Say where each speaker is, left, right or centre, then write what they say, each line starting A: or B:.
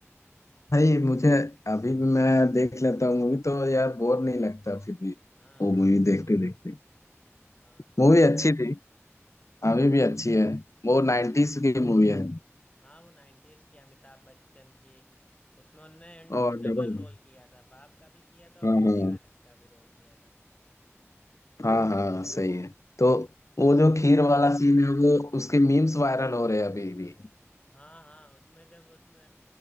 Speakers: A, on the left (about 85°); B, on the left (about 25°).
A: भाई मुझे अभी भी मैं देख लेता हूँ मूवी तो यार बोर नहीं लगता फिर भी
B: हाँ
A: वो
B: हाँ
A: मूवी देखते देखते
B: हाँ
A: मूवी अच्छी थी अभी भी अच्छी है वो नाइन्टीज की मूवी है
B: हाँ वो नाइन्टीज की अमिताभ बच्चन की उसमें उनने
A: और डबल
B: डबल रोल किया था बाप का भी किया था
A: हाँ
B: और बेटे
A: हाँ
B: बालक का भी रोल किया था
A: हाँ हाँ सही है तो वो जो खीर वाला सीन है वो उसके मीम्स वायरल हो रहे हैं अभी भी
B: हाँ हाँ उसमें जब उसमें